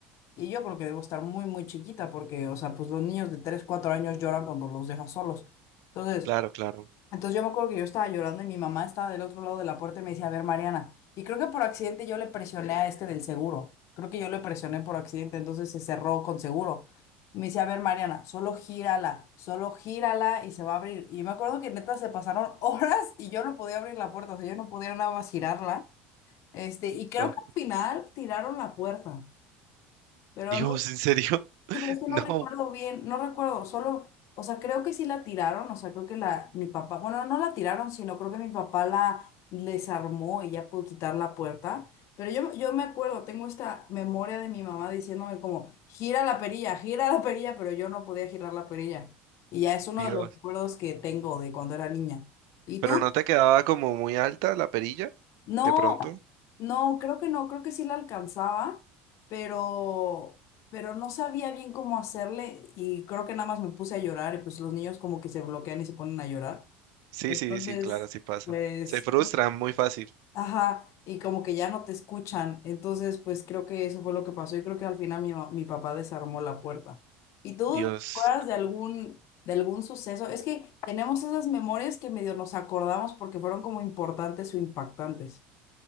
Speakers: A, on the left; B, on the right.
A: y yo creo que debo estar muy, muy chiquita porque, o sea, pues los niños de 3 4 años lloran cuando los dejas solos. Entonces,
B: Claro, claro.
A: entonces yo me acuerdo que yo estaba llorando y mi mamá estaba del otro lado de la puerta y me decía, a ver, Mariana, y creo que por accidente yo le presioné a este del seguro, creo que yo le presioné por accidente, entonces se cerró con seguro. Y me decía, a ver, Mariana, solo gírala, solo gírala y se va a abrir. Y me acuerdo que neta se pasaron <laughs> horas y yo no podía abrir la puerta, o sea, yo no podía nada más girarla. Este, y creo
B: No.
A: que al final tiraron la puerta, pero
B: Dios,
A: no
B: ¿en serio? <laughs>
A: Sí, pero es que
B: No,
A: no recuerdo bien, no recuerdo, solo, o sea, creo que sí la tiraron, o sea, creo que la, mi papá, bueno, no la tiraron, sino creo que mi papá la desarmó y ya pudo quitar la puerta, pero yo, yo me acuerdo, tengo esta memoria de mi mamá diciéndome como, gira la perilla, gira la perilla, pero yo no podía girar la perilla, y ya es uno
B: Dios.
A: de los recuerdos que tengo de cuando era niña. ¿Y
B: ¿Pero
A: tú?
B: no te quedaba como muy alta la perilla
A: No,
B: de pronto?
A: no, creo que no, creo que sí la alcanzaba, pero, pero no sabía bien cómo hacerle y creo que nada más me puse a llorar y pues los niños como que se bloquean y se ponen a llorar.
B: Sí,
A: Entonces,
B: sí, sí, claro, sí pasa.
A: pues,
B: Se frustran muy fácil.
A: ajá, y como que ya no te escuchan. Entonces, pues creo que eso fue lo que pasó y creo que al final mi, ma- mi papá desarmó la puerta. ¿Y tú
B: Dios.
A: te acuerdas de algún, de algún suceso? Es que tenemos esas memorias que medio nos acordamos porque fueron como importantes o impactantes.